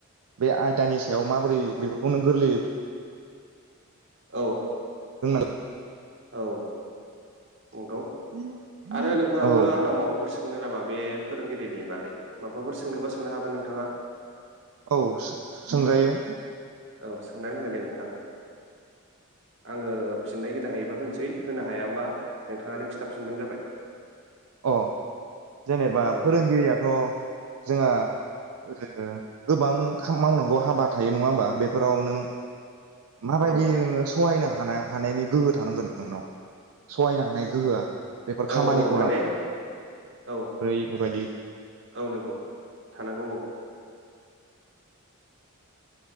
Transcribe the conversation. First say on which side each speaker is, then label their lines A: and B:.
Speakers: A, on the right; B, on the right.
A: बे आयदानि सायाव माबोरै बेफोरखौ नों गोरलैयै
B: औ
A: <unintelligible>
B: औ नंगौ
A: रोंनांगोन
B: आरो नोंथाङाबो
A: औ
B: आंनाव माबाफोरसों सोंनो नामा बे फोरोंगिरिनि बागै माबाफोर सोंनोबा सोंनो हागोन नोंथाङा।
A: औ सो सोंजायो।
B: औ सोंनानै हो दे नोंथां आङो फिननाय होनो हायोबा होनोसै होनो हायाबा नोंथाङानो खिथाबफिनबानो जाबाय।
A: अ जेनेबा
B: औ
A: फोरोंगिरियाथ' जोंहा ओरैनो गोबां मावनांगौ हाबा थायो नङा होमबा बेफोराव नों माबायदियै
B: औ
A: नों सहायनो हा हानाय हानायनि गोहो थानांगोन नोंनाव सहायनो हानाय गोहोआ बेफोर
B: औ
A: खामानिख
B: औ माने औ
A: बेफोरबायदि
B: औ नंगौ थानांगौ औ।